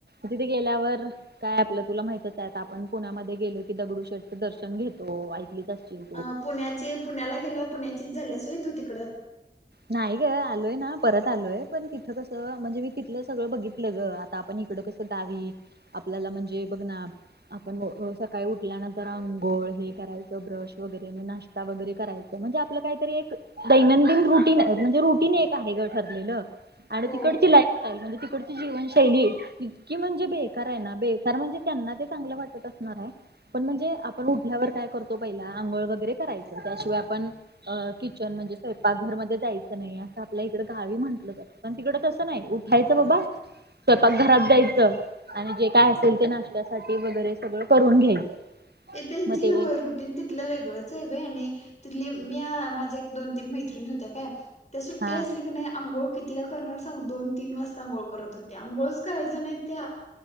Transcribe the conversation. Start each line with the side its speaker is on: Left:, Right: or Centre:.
Right: तिथे गेल्यावर काय आपलं तुला माहितच आहे आपण पुण्यामध्ये गेलो की दगडू शेठचं दर्शन घेतो ऐक ती जा <unintelligible>
Left: अ पुण्याचे पुण्याला गेलं पुण्याचीच झाल्यास होय तू तिकड
Right: नाही ग आलोय ना परत आलोय पण तिथं कसं म्हणजे मी तिथलं सगळं बघितलं ग आता आपण इकडं कसं दावीत आपल्याला म्हणजे बघ ना आपण अ सकाळी उठल्यानंतर आंघोळ हे करायचं ब्रश वगैरे म नाश वगरे करायच म्हणजे आपलं काहीतरी एक दैनंदिन रू म्हणजे रुटीन एक आहे ग ठरलेलं आणि
Left: हो
Right: तिकडची लाई <unintelligible> म्हणजे तिकडची जीवशैली इतकी म्हणजे बेकार आहे ना बेकार म्हणजे त्यांना ते चांगलं वाटत असणार आहे आपण म्हणजे आपण उठल्यावर काय करतो पहिला आंघोळ वगैरे करायचं त्याशिवाय आपण अ किचन म्हणजे स्वयंपाकघरमध्ये जायचं नाही असं आपल्या इकड गावी म्हटलं जातं पण तिकडं तसं नाही उठायचं बाबा स्वयपाक घरात जायचं आणि जे काय असेल ते नाश्त्यासाठी वगैरे सगळं करून घ्यायचं.
Left: ते त्यांची
Right: मग ते
Left: होय रुटीन तिथलं वेगळंच आहे बाई आणि तिथली मी माझ्या एक दोन, तीन मैत्रिणी होत्या काय त्या सुट्टी
Right: हा
Left: असली की नाही अंघोळ किती कितीला करणार सांग दोन, तीन वाजता अंघोळ करत होत्या अंघोळच करायच्या नाहीत त्या.